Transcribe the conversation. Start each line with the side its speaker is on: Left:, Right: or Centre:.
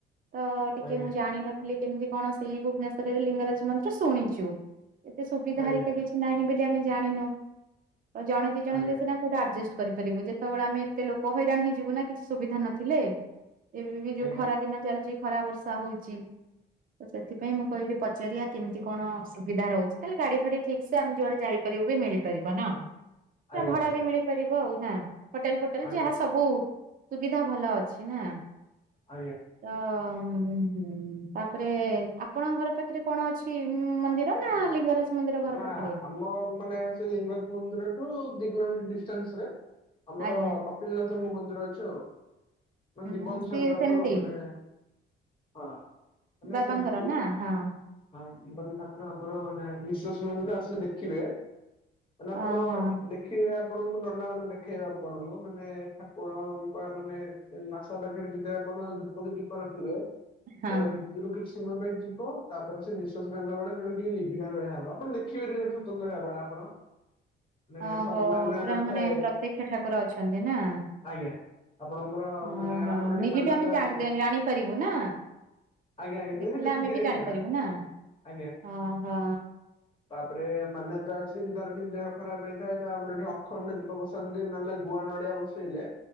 Right: ତ ଟିକେ
Left: ଆଜ୍ଞା
Right: ମୁ ଜାଣିିନଥିଲି କେମିତି କଣ ସେଇ ଭୁବନେଶ୍୍ୱରରେ ଲିଙ୍ଗରାଜ ମନ୍ଦିର ଶୁଣିଛୁ। ଏତେ ସୁବିଧା
Left: ଆଜ୍ଞା
Right: ହରିକା କିଛି ନାହିଁ ବୋଲି ଆମେ ଜାଣିନୁ। ତ ଜଣେ ଦି ଜଣେ
Left: ଆଜ୍ଞା
Right: ହେଲେ ସେନା କୋଉଠୁ ଆଡଜଷ୍ଟ କରିାରିବ ଯେତେଳେ ଆମେ ଏତେ ଲୋକ ହଇରାଣ ହେଇ ଯିବୁ ନା କିଛି ସୁବିଧା ନଥିଲେ। ଏବେ ବି ଯୋଉ
Left: ଆଜ୍ଞା
Right: ଖରା ଦିନ ଚାଲିଛି ଖରା ବର୍ଷା ହଉଛି। ତ ସେଥିପାଇଁ ମୁଁ କହିଲି ପଚାରିବା କେମିତି କଣ ସୁବିଧା ରହୁଛି ତାହେଲେ ଗାଡି ଫାଡି ଠିକ ସେ ଆମେ ଯୁଆଡେ ଯାଇପାରିବୁ ବି ମିଳିପାରିବ ନା <unintelligible> <inaudible>
Left: ଆଜ୍ଞା
Right: ତା ଭଡା
Left: ଆଜ୍ଞା
Right: ବି ମିଳିପାରିବ ଆଉ ନା ହୋଟେଲ ଫୋଟେଲ
Left: ଆଜ୍ଞା
Right: ଯାହା
Left: ଆଜ୍ଞା
Right: ସବୁ ସୁବିଧା ଭଲ ଅଛି ନା
Left: ଆଜ୍ଞା
Right: ତ ହୁଁ, ତାପରେ ଆପଣଙ୍କ ଘର ପାଖରେ କଣ ଅଛି ମନ୍ଦିର ନା ଲିଙ୍ଗରାଜ ମନ୍ଦିର ଘର
Left: ନା
Right: ପାଖରେ?
Left: ଆମ ମାନେ ସେ ଲିଙ୍ଗଜ ମନ୍ଦିରଠୁ ଦି କିଲୋମିଟର ଡିଷ୍ଟାନ୍ସ ରେ ଆମର
Right: ଆଜ୍ଞା
Left: କପିିଲନାଥଙ୍କ ମନ୍ଦିର ଅଛି ଆଉ ମ
Right: ଉଁ
Left: ଜୀବନ
Right: ସିଏ
Left: ସକୁରେ ଆମର
Right: ସେମିତି
Left: ମାନେ, ହଁ ମାନେ
Right: ବାପାଙ୍କର
Left: ସେମିତି
Right: ନା, ହଁ
Left: ହଁ ଜୀବନ ଠାକୁର ଆମର ମାନେ, ନିଶଵାସ ନଉଛନ୍ତି ଆସିଲେ ଦେଖିବେ। ମାନେ, ଆପଣ
Right: ଓହୋ
Left: ଦେଖିବେ? ଆପଣଙ୍କୁ ନନା ମାନେ ଦେଖେଇବା ଆପଣଙ୍କୁ, ମାନେ ଠାକୁରଙ୍କ ମାନେ ନାସା ପାଖରେ ଯଦି ଆପଣ ଆପଣ ଧୂପୁଡି ଦୀପ ରଖିବେ,
Right: ହଁ
Left: ସେଇଟା ଭିତରୁ କିଛି ସମୟ ପାଇଁ ଯିବ ତାପରେ ସେ ନିଶ୍ୱଵାସ ନେଲା ବେଳେ ସେ ଟିକେ ଲିଭିିଲା ଭଳିଆ ହବ, ଆପଣ ଦେଖିବେନି ସେଟା ସ୍ୱତନ୍ତ୍ର ହେବନି ଆପଣ ମାନେ
Right: ଓହୋ,
Left: ମାନ୍ୟତା
Right: ପୁରା
Left: ଥାଏ
Right: ମାନେ ପ୍ରତ୍ୟକ୍ଷ ଠାକୁର ଅଛନ୍ତି ନା
Left: ଆଜ୍ଞା ଆପଣଙ୍କର
Right: ଓହୋ
Left: ମାନେ, ଆମର ଏଠି
Right: ନିଜେ
Left: ମାନ୍ୟତା
Right: ବି ଆମେ ଜା
Left: ଅଛି
Right: ଜାଣିପାରିବୁ ନା
Left: ଆଜ୍ଞା, ଆଜ୍ଞା ଦେ
Right: ଦେଖିଲେ
Left: <unintelligible> ସେ ଦେଖିପାରିବେ
Right: ଆମେ ବି ଜାଣିପାରିବୁ
Left: ସେଇଟା।
Right: ନା
Left: ଆଜ୍ଞା,
Right: ଓହୋ
Left: ତାପରେ ମାନ୍ୟତା ଅଛି କାର ବି ଦେହ ଖରାପ ହେଇଥାଏ ତ, ଆମର ଏଠି ଅଖଣ୍ଡରେ ଦୀପ ବସାନ୍ତି, ନହେଲେ ଗୁଆ ନଡିଆ ବସେଇଲେ